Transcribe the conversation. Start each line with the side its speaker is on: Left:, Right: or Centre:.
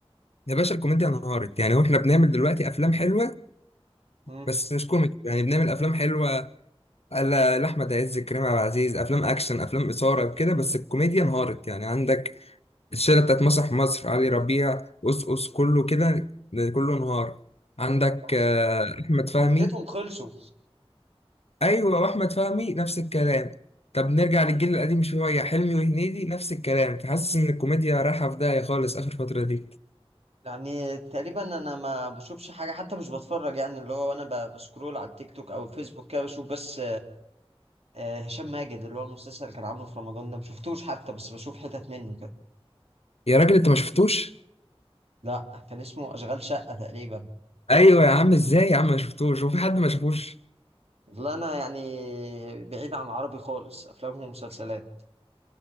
Left: يا باشا الكوميديا انهارت يعني واحنا بنعمل دلوقتي افلام حلوه
Right: مم.
Left: بس مش كوميدي يعني بنعمل افلام حلوه لا- لأحمد عز كريم عبد العزيز أفلام أكشن أفلام إثارة وكده بس الكوميديا انهارت يعني عندك الشلة بتاعت مسرح مصر علي ربيع أس أس، كله كده كله انهار عندك
Right: خلاص
Left: آه، أحمد فهمي
Right: كوميديتهم خلصوا
Left: أيوة وأحمد فهمي نفس الكلام طب نرجع للجيل
Right: مم.
Left: القديم شوية حلمي وهنيدي نفس الكلام فحاسس إن الكوميديا رايحة في داهية خالص آخر فترة دي
Right: يعني تقريبا انا ما بشوفش حاجه حتى مش بتفرج يعني اللي هو انا ب- بسكرول على التيك توك او الفيسبوك كده بشوف بس آه، هشام ماجد اللي هو المسلسل اللي كان عامله في رمضان ده ما شفتوش حتى بس بشوف حتت منه كده
Left: يا راجل أنت ما شفتوش؟
Right: لا كان اسمه اشغال شقه تقريبا
Left: أيوة يا عم إزاي يا عم ما شفتوش وفي حد ما شافوش
Right: لا انا يعني بعيد عن العربي خالص افلام ومسلسلات